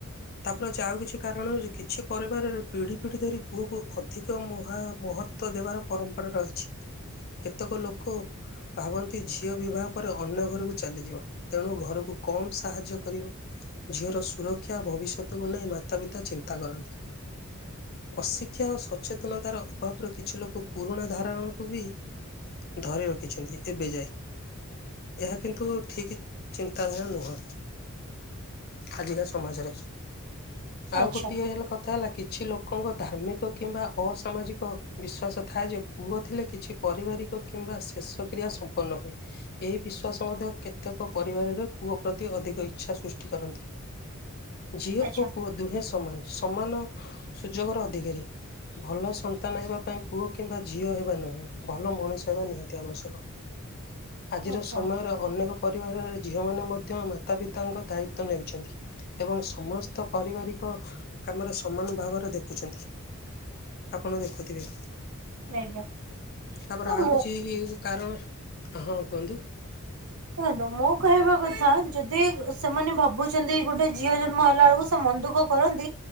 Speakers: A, on the left; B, on the right.
A: ତାପରେ ଅଛି, ଆଉ କିଛି କାରଣ ହଉଛି କିଛି ପରିବାରରେ ପିଢି ପିଠି ଧରି ପୁଅକୁ ଅଧିକ ମହା ମହତ୍ଵ ଦେବାର ପରମ୍ପରା ରହିଛି। କେତେକ ଲୋକ ଭାବନ୍ତି, ଝିଅ ବିବାହ ପରେ ଅନ୍ୟ ଘରକୁ ଚାଲିଯିବ ତେଣୁ ଘରକୁ କମ୍ ସାହାଯ୍ୟ କରିବ। ଝିଅର ସୁରକ୍ଷା ଭବିଷ୍ୟତକୁ ନେଇ ମାତା ପିତା ଚିନ୍ତା କରନ୍ତି। ଅଶିକ୍ଷା ଓ ସଚେତନତାର ଅଭାବରୁ କିଛି ଲୋକ ପୁରୁଣା ଧାରଣକୁ ବି ଧରି ରଖିଛନ୍ତି ଏବେ ଯାଏ। ଏହା କିନ୍ତୁ ଠିକ୍ ଚିନ୍ତା ତାର ଧର ନୁହଁ, ଆଜିକା ସମାଜରେ। ଆଉ
B: ଆଚ୍ଛା
A: ଗୋଟିଏ ହେଲା କଥା ହେଲା କିଛି ଲୋ ଲୋକଙ୍କ ଧାର୍ମିକ କିମ୍ବା ଅସାମାଜିକ ବିଶ୍ଵାସ ଥାଏ ଯେ, ପୁଅ ଥିଲେ କିଛି ପରିବାରିକ କିମ୍ କିମ୍ବା ଶେଷ କ୍ରିୟା ସମ୍ପନ୍ନ ହୁଏ। ଏହି ବିଶ୍ୱାସ ମଧ୍ୟ କେତେକ ପରିବାରରେ ପୁଅ ପ୍ରତି ଅଧିକ ଇଚ୍ଛା ସୃଷ୍ଟି କରନ୍ତି। ଝିଅ
B: ଆଚ୍ଛା
A: ଓ ପୁଅ ଦୁହେଁ ସମାନ। ସମାନ ସୁଯୋଗର ଅଧିକାରୀ। ଭଲ ସନ୍ତାନ ହେବା ପାଇଁ ପୁଅ କିମ୍ବା ଝିଅ ହେବା ନୁହେଁ ଭଲ ମଣିଷ ହେବା ନିହାତି ଆବଶ୍ୟକ। ଆଜିର
B: ଆଚ୍ଛା
A: ସମୟରେ ଅନେକ ପରିବାରରେ ଝି ଝିଅମାନେ ମଧ୍ୟ ମାତା ପିତାଙ୍କ ଦାୟିତ୍ଵ ନେଉଛନ୍ତି। ଏବଂ ସମସ୍ତ ପାରିବାରିକ କାମରେ ସମାନ ଭାବରେ ଦେଖୁଛନ୍ତି। ଆପଣ ଦେଖୁଥିବେ
B: ଆଜ୍ଞା
A: ତାପରେ
B: ତ
A: ଆଉ
B: ମୋ
A: କିଛି କାରଣ ହଁ କୁହନ୍ତୁ।
B: ଦେଖନ୍ତୁ ମୁଁ କହିବା କଥା ଯଦି ସେମାନେ ଭାବୁଛନ୍ତି ଗୋଟେ ଝିଅ ଜନ୍ମ ହେଲା ବେଳକୁ ମନ୍ଦୁଖ କରନ୍ତି